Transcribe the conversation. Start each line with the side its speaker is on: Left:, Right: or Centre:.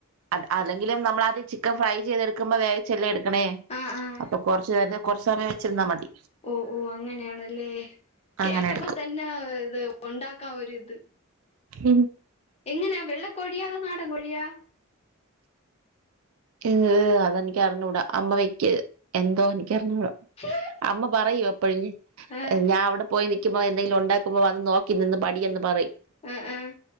Right: ആഹ് അല്ലെങ്കിലും നമ്മളാദ്യം ചിക്കൻ ഫ്രൈ ചെയ്തെടുക്കുമ്പോ വേവിച്ചല്ലേ എടുക്കാ ണേ
Left: ആഹ് ആഹ്
Right: അപ്പൊ കൊറച്ച് നേരം കുറച്ച് സമയം വെച്ചിരുന്നാ മതി
Left: ഓഹ് ഓഹ് അങ്ങനെയാണല്ലേ
Right: അങ്ങനെ
Left: കേട്ടപ്പോ
Right: എടുക്കും
Left: തന്നെ ഇത് ഉണ്ടാക്കാൻ ഒരിത്
Right: ഉം
Left: എങ്ങനെയാ വെള്ളക്കോഴിയോ അതോ നാടൻ കോഴിയോ
Right: ഏഹ് അതെനിക്ക് അറിഞ്ഞൂടാ അമ്മ വെ ക്കല് എന്തോ എനിക്കറിഞ്ഞൂടാ
Left: <inaudible>
Right: അമ്മ പറയോ എപ്പഴെ
Left: ആഹ്
Right: ഞാനവിടെ പോയി നിൽക്കുമ്പോ എന്തെങ്കിലും ഉണ്ടാക്കുമ്പോ വന്ന് നോക്കി നിന്ന് പടിക്കെന്ന് പറയും
Left: ആഹ് ആഹ്